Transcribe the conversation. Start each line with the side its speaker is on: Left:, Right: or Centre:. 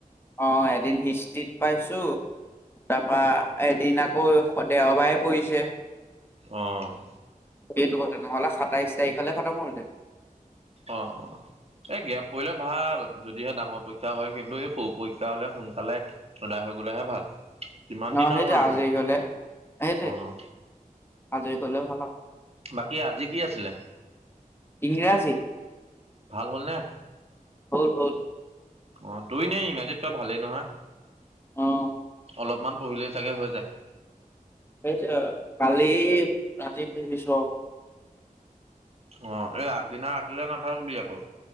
Left: অ', এদিন হিষ্ট্ৰিত পাইছো তাৰপা এদিন আকৌ দেওবাৰে পৰিছে
Right: অ',
Left: সেইটো কথা নহ'লে সাতাইশ তাৰিখলে খতম হ'ল হেতেন
Right: অ', অ', এই গেপ পৰিলে ভাল যদিহে ডাঙৰ পৰীক্ষা হয় কিন্তু এই সৰু পৰীক্ষা হ'লে সোনকালে সদায় হৈ গ'লে হে ভাল। কিমান দিন
Left: অ', ' সেইটোৱে
Right: আৰু ৰৈ
Left: আজি
Right: থাকিম
Left: গ'লে সেইটোৱে
Right: অ',
Left: আজি গ'লে ভাল আৰু
Right: বাকী আজি কি আছিলে।
Left: ইংৰাজী।
Right: ভাল হ'ল নে।
Left: হ'ল হ'ল।
Right: অ তই ইনেই ইংৰাজীত তই ভালেই নহয়।
Left: অঁ।
Right: অলপমান পঢ়িলেই চাগে হৈ যায়।
Left: সেইতি কালি ৰাতি পঢ়িছোঁ আও।
Right: অ এই আগদিনা ৰাতিলেলৈ নাথাকিবি আকৌ